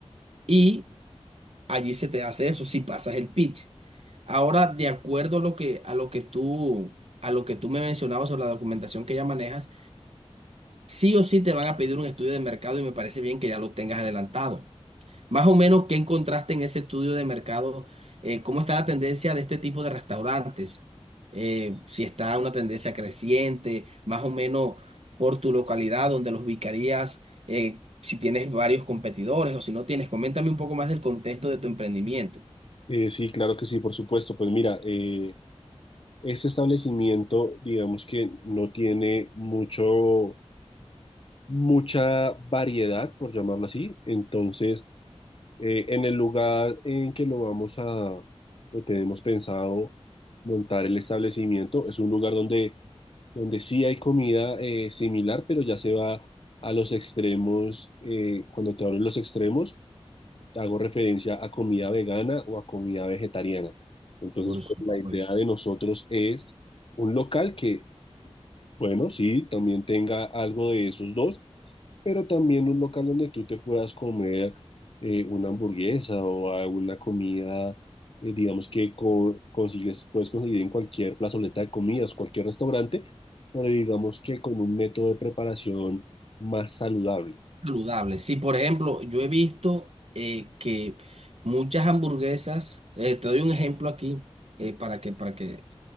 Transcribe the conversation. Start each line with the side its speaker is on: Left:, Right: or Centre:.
Right: y allí se te hace eso si pasas el pitch. Ahora, de acuerdo a lo que, a lo que tú, a lo que tú me mencionabas sobre la documentación que ya manejas, sí o sí te van a pedir un estudio de mercado y me parece bien que ya lo tengas adelantado. Más o menos, ¿qué encontraste en ese estudio de mercado? Eh, ¿cómo está la tendencia de este tipo de restaurantes? Eh, si está una tendencia creciente, más o menos por tu localidad donde los ubicarías, eh, si tienes varios competidores o si no tienes, coméntame un poco más del contexto de tu emprendimiento.
Left: Eh, sí, claro que sí, por supuesto. Pues mira, eh, este establecimiento, digamos que no tiene mucho mucha variedad, por llamarlo así. Entonces, eh, en el lugar en que lo vamos a, o tenemos pensado montar el establecimiento, es un lugar donde, donde sí hay comida eh, similar, pero ya se va a los extremos. eh, cuando te hablo de los extremos, hago referencia a comida vegana o a comida vegetariana. Entonces,
Right: Por
Left: pues,
Right: supuesto.
Left: la idea de nosotros es un local que, bueno, sí, también tenga algo de esos dos pero también un local donde tú te puedas comer eh, una hamburguesa o alguna comida, eh, digamos que co- consigues, puedes conseguir en cualquier plazoleta de comidas, cualquier restaurante, pero digamos que con un método de preparación más saludable.
Right: Saludable. Sí, por ejemplo, yo he visto eh, que muchas hamburguesas, eh, te doy un ejemplo aquí, eh, para que, para que,